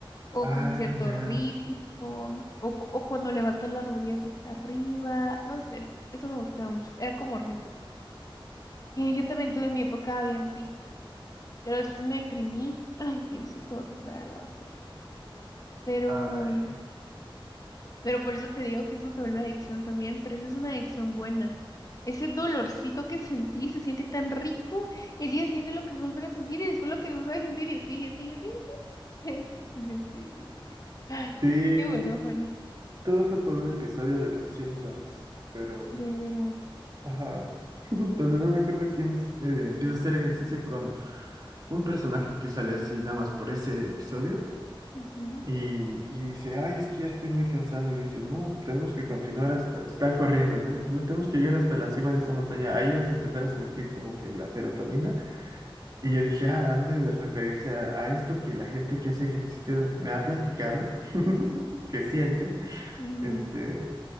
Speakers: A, on the left (about 40°); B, on the right (about 45°).
A: o
B: Ah,
A: con cierto
B: ya.
A: ritmo, o, cu- o cuando levantas las rodillas hasta arriba, no sé, eso me gustaba mucho, era como retos. Eh, yo también tuve mi época bien fit, pero después me deprimí, ay Dios, y todo se fue a la basura. Pero,
B: Ay.
A: mm, pero por eso te digo que eso se vuelve adicción también, pero eso es una adicción buena. Ese dolorcito que sentí se siente tan rico y el día siguiente lo querés volver a sentir y después lo querés volver a sentir y así, y así, y así. <laughs> Se siente, se siente rico. Ay,
B: Sí,
A: Qué bueno, Juani.
B: todo fue por un episodio de Los Simpsons, pero,
A: De veras.
B: ajá, <laughs> donde no me acuerdo quién eh, empieza a hacer ejercicio con un personaje que sale así nada más por ese episodio
A: Ujú,
B: y, y dice, ay, es que ya estoy muy cansado y dice, no, tenemos que continuar hasta, están corriendo, ¿no? Y dice, no, tenemos que llegar hasta la cima de esta montaña, ahí vas a empezar a sentir como que la serotonina Y yo dije, ah, han de referirse a, a esto que la gente que hace ejercicio me ha platicado, <laughs>
A: ujú,
B: que siente,
A: ujú.
B: este,